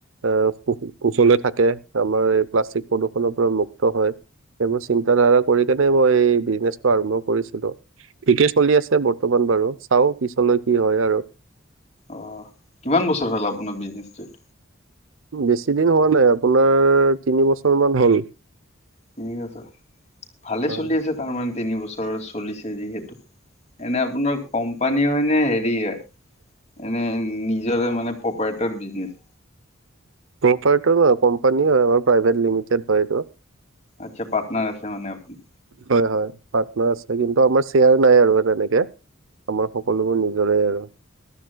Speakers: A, on the right; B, on the left.
A: এ, সু-কুশলে থাকে, আমাৰ এই প্লাষ্টিক প্ৰদূষণৰ পৰা মুক্ত হয়। সেইবোৰ চিন্তা ধাৰা কৰি কিনে মই এই বিজনেচটো আৰম্ভ কৰিছিলোঁ। ঠিকে চলি আছে ব তমান বাৰু, চাওঁ পিছলৈ কি হয় আৰু।
B: অ', কিমান বছৰ হ'ল আপোনাৰ বিজনেচটো?
A: বেছি দিন হোৱা নাই, আপোনাৰ তিনি বছৰ মান হ'ল।
B: তিনি বছৰ, ভালে
A: হয়
B: চলি আছে তাৰমানে তিনি বছৰ চলিছে যিহেতু। এনে আপোনাৰ কোম্পানী হয় নে হেৰি হয় এনে নিজৰে মানে প্ৰপাৰ্টৰ বিজনেচ?
A: প্ৰপাৰ্টৰ নহয়, কোম্পানীয়ে হয় আমাৰ প্ৰাইভেট লিমিটেড হয় এইটো।
B: আচ্ছা, পাৰ্টনাৰ আছে মানে আপুনি।
A: হয় হয়, পাৰ্টনাৰ আছে কিন্তু আমাৰ শ্বেয়াৰ নাই আৰু তেনেকে। আমাৰ সকলোবোৰ নিজৰে আৰু।